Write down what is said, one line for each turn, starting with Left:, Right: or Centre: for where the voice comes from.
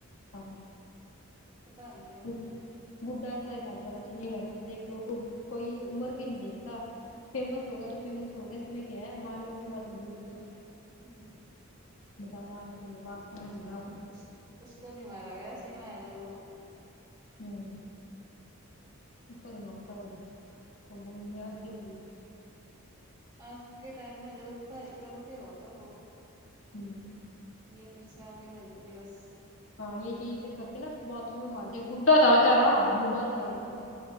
Left: ہاں
Right: پتا ہی نہیں
Left: <unintelligible>
Right: ہے
Left: فیمس ہوگا تو فیمس ہوگا اس میں کیا ہے مارنے والی بات تھوڑی ہوتی ہے
Right: ہمم
Left: بتا ماری دیا باتھ روم میں ملا وہ
Right: اس اس کو نہیں مارا گیا سیما ہے ادر کو
Left: ہمم <unintelligible>
Right: آج کے ٹائم میں جلتا جلتے ہوتے لوگ
Left: ہمم
Right: یے میری سے آگے نلکلے بس
Left: ہاں یے چیز کر کے نہ اس کو باتھ روم میں مار دیا بڑھا تھا بچارا بڑھا سا
Right: ہ
Left: تھا بالکل